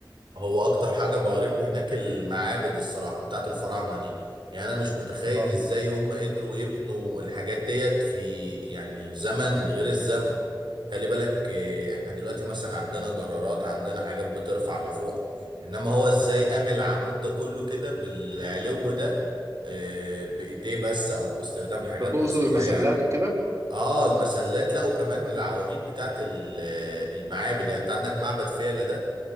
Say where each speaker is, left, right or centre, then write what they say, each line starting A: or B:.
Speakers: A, on the right; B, on the right.
A: هو اكتر حاجه بهرتني هناك المعابد الصراحه بتاعت الفراعنه دي يعني انا مش متخيل
B: اه
A: ازاي هم قدروا يبنوا الحاجات ديت في يعني زمن غير الزمن خلي بالك آه، احنا دلوقتي مثلا عندنا جرارات عندنا حاجات بترفع لفوق انما هو ازاي قام العمود ده كله كده بالعلو ده آه، بايديه بس او باستخدام حاجات
B: انت تقصد
A: بسيطه
B: المسلات
A: يعني
B: وكده
A: اه المسلات لا وكمان العواميد بتاعت ال- آه، المعابد يعني انت عندك معبد فيلة ده